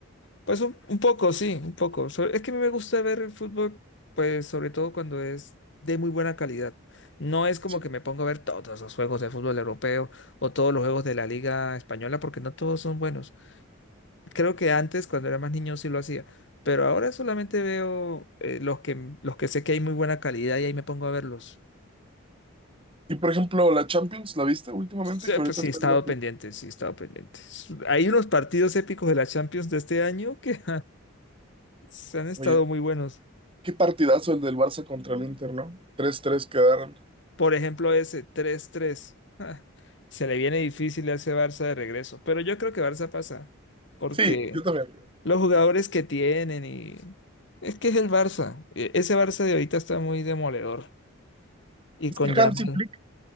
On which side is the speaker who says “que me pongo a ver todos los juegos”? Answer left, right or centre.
Left